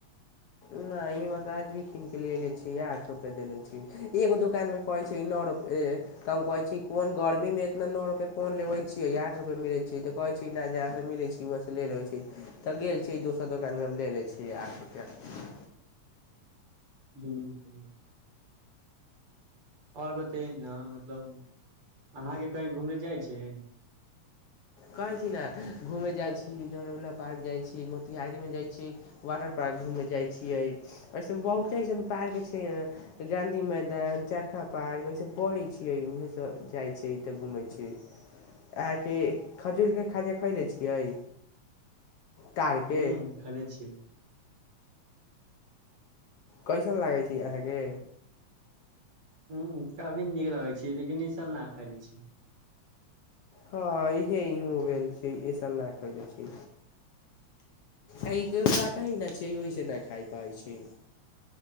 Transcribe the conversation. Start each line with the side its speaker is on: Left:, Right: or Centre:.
Left: न इ बात आज भी कीन के लेले छीये आठ रूपे देेले छय एगो दुकान मे कोहै छै नौ रुपे त हम कहय छिये छी कोन गर्मी मे एतना नौ रूपे कोन लवय छीे आठ रूपे मे मिले छय त कोहय छै फिन जहाँ सँ मिलै छय वहाँ सँ ले लेबै छी तऽ गेल छी दोसर दोकान मे हम ले लै छी आठ रुपैया मे
Right: हुम्म और बतभि न मतलब अहाँ के कही घूमै जाय छै
Left: कहै छी ने घूमे जाय छी नेहरू पार्क जाय छी मोतिहारी में जाय छी वाटर पार्क घूमे जाय छियै अइसे बहुते ऐसन पार्क छै गाँधी मैदान चरखा पार्क स बड़ी छियै उह सब जाय छै तऽ घूमे छै अहाँके खजूरके खाजा खयले छियै तारके
Right: ह्म खयले छियै
Left: कैसन लागै छै अहाँ के
Right: हूँ काफी नीक लागै छै लेकिन इई साल ना खयले छी
Left: हँ इहे इहो छै इ सब ना खाइने छी एहि काटा होय छै नहि छियै ओहिसँ नै खा पाय छी